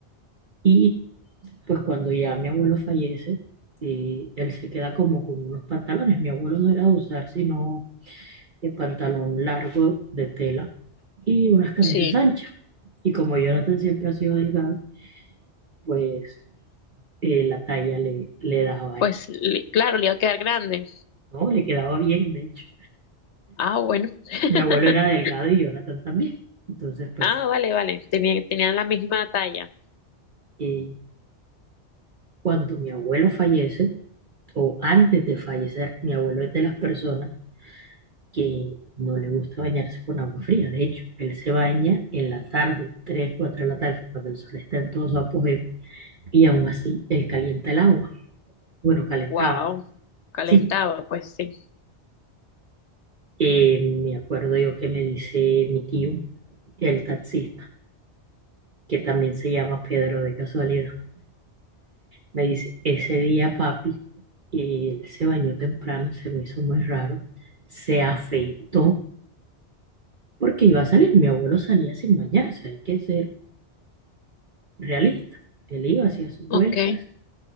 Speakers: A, on the right; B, on the left.
A: y pues cuando ya mi abuelo fallece, eh, él se queda como con unos pantalones. Mi abuelo no era de usar sino el pantalón largo de tela y unas camisas
B: sí,
A: anchas. Y como Jonathan siempre ha sido delgado, pues eh, la talla le, le daba
B: pues
A: a él,
B: li- claro, le iba a quedar grande.
A: ¿no? Le quedaba bien, de hecho.
B: Ah, bueno. <laughs>
A: Mi abuelo era delgado y Jonathan también. Entonces, pues,
B: Ah, vale, vale. Tenían, tenían la misma talla.
A: eh, cuando mi abuelo fallece, o antes de fallecer, mi abuelo es de las personas que no le gusta bañarse con agua fría. De hecho, él se baña en la tarde, 3, 4 de la tarde, cuando el sol está en todo su apogeo, y aún así él calienta el agua. Bueno, calentaba.
B: Wow. Calentaba,
A: Sí,
B: pues sí.
A: eh, me acuerdo yo que me dice mi tío, el taxista, que también se llama Pedro de casualidad Me dice, ese día papi, él se bañó temprano, se me hizo muy raro, se afeitó porque iba a salir. Mi abuelo salía sin bañarse, hay que ser realista. Él iba, hacía sus
B: Ok.
A: vueltas